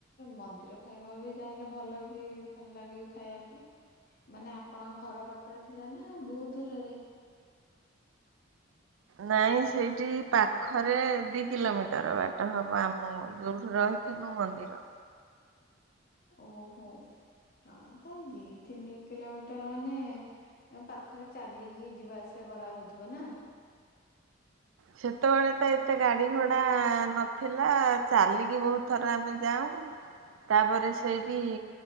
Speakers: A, on the left; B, on the right.
A: ମନ୍ଦିର ଖାଇବା ବି ଯାହାେଲେ ଭଲ ବି ଭଲ ଲାଗିବି ଖାଇବା ପାଇଁ ମାନେ ଆପଣଙ୍କ ଘର ପାଖରେ ଥିଲା ନା ବୋହୁତ ଦୂରରେ?
B: ନାଇଁ ସେଇଠି ପାଖରେ ଦିଇ କିଲୋମିଟର ବାଟ ହବ ଆମ ଯୋଉଠୁ ରହି ଥିନୁ ମନ୍ଦିର।
A: ଓହୋ ଆ ତାହେଲେ ଦିଇ ତିନି କିଲୋମିଟର ମାନେ ଏ ପାଖରେ ଚାଲିକି ଯିବା ଆସିବା କରାହୋଉଥିବ ନା।
B: ସେତେବେଳେ ତ ଏତେ ଗାଡି ଘୋଡା ନଥିଲା ଚାଲିକି ବୋହୁତ ଥର ଆମେ ଯାଉଁ। ତା ପରେ ସେଇଠି